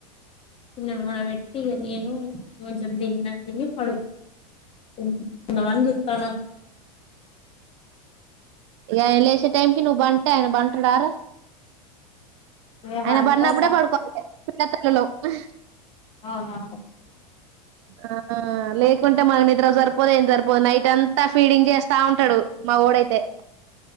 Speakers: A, on the left; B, on the right.
A: చిన్న మ వట్టిగా నేను కొంచెం దిన్నాక తిని పడు అ అందమాన చూత్తను
B: ఇ ఆయ లేసే టైంకిి నువ్వు బంటే ఆయన బంటడర
A: ఇగ
B: ఆయన
A: పండుకో
B: పడినప్పుడే
A: సప్
B: పడుకోవాలి పల తలలో ఆ
A: అవునా
B: ఆ లేకుంటే మ నిద్రజ సరిపోదు ఏం జరిపోదు నైట్ అంతా ఫీడింగ్ చేస్తా ఉంటాడు మా ఒడు ఐతే